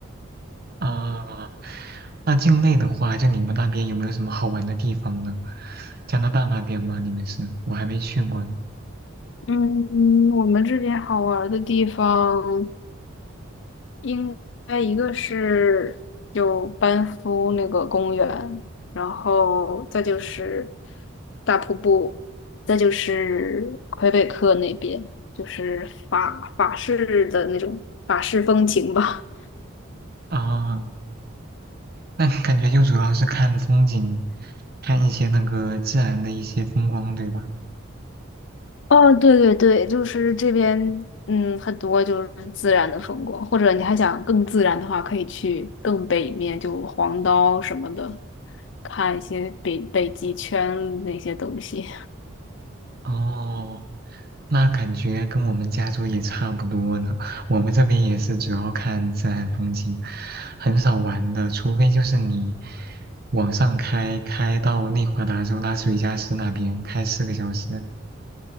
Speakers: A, on the right; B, on the left.
A: 啊，那境内的话，就你们那边有没有什么好玩的地方呢？加拿大那边吗？你们是？我还没去过呢
B: 嗯，我们这边好玩的地方。应该一个是就班夫那个公园，然后再就是大瀑布，再就是魁北克那边，就是法法式的那种法式风情吧。
A: 啊。那感觉就主要是看风景，看一些那个自然的一些风光，对吧？
B: <laughs> 哦，对对对，就是这边，嗯，很多就是自然的风光，或者你还想更自然的话，可以去更北面，就黄刀什么的，看一些北北极圈那些东西
A: 哦，那感觉跟我们加州也差不多呢。我们这边也是主要看自然风景，很少玩的，除非就是你往上开，开到内华达州拉斯维加斯那边，开四个小时。